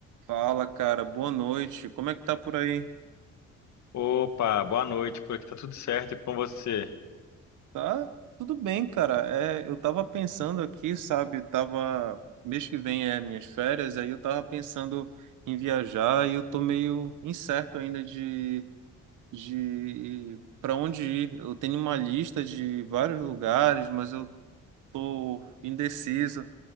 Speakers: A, on the right; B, on the left.
A: Fala, cara, boa noite. Como é que tá por aí?
B: Opa, boa noite, por aqui tá tudo certo e com você?
A: Tá tudo bem, cara. É, eu tava pensando aqui, sabe? Tava mês que vem é minhas férias, aí eu tava pensando em viajar e eu tô meio incerto ainda de de para onde ir. Eu tenho uma lista de vários lugares, mas eu tô indeciso.